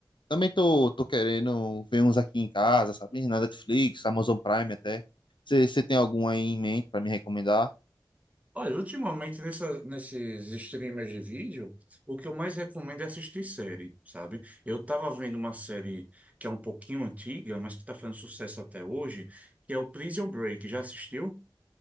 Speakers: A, on the left; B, on the right.
A: também tô, tô querendo ver uns aqui em casa, sabe? Na Netflix, Amazon Prime até. Você tem algum aí em mente pra me recomendar?
B: Olha, ultimamente nessa- nesses streamers de vídeo, o que eu mais recomendo é assistir série, sabe? Eu tava vendo uma série que é um pouquinho antiga, mas que tá fazendo sucesso até hoje, que é o Prison Break. Já assistiu?